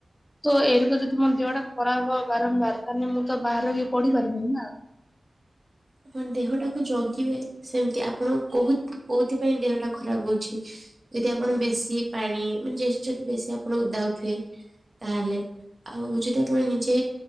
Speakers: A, on the left; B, on the right.
A: ତ ଏଇରେ ଯଦି ମୋର ଦେହଟା ଖରାପ୍ ହବ ବାରମ୍ବାର ତାହେଲେ ମୁଁ ତ ବାହାରେ ରହିକି ପଢି ପାରିବିନି ନା?
B: ଆପଣ ଦେହଟାକୁ ଜଗିବେ ସେମିତି ଆପଣ କୋଉ କୋଉଥିପାଇଁ ଦେହଟା ଖରାପ ହଉଛି? ଯଦି ଆପଣ ବେଶୀ ପାଣି ମାନେ ଯଦି ବେଶୀ ଆପଣ ଓଦା ହଉଥିବେ। ତାହେଲେ ଆଉ ଯଦି ଆପଣ ନିଜେ